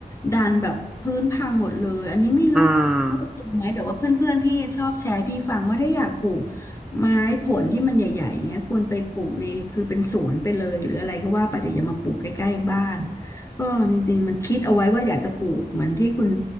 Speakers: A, on the left; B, in the centre.
A: ดันแบบพื้นพังหมดเลยอันนี้ไม่รู้ว่าจริงไหมแต่ว่าเพื่อนๆพี่ชอบแชร์ให้พี่ฟังว่าถ้าอยากปลูก
B: อืม
A: ไม้ผลที่มันใหญ่ๆอย่างเงี้ยควรไปปลูกในคือเป็นสวนไปเลยหรืออะไรก็ว่าไปแต่อย่ามาปลูกใกล้ๆบ้านก็จริงๆมันคิดเอาไว้ว่าอยากจะปลูกเหมือนที่คุณ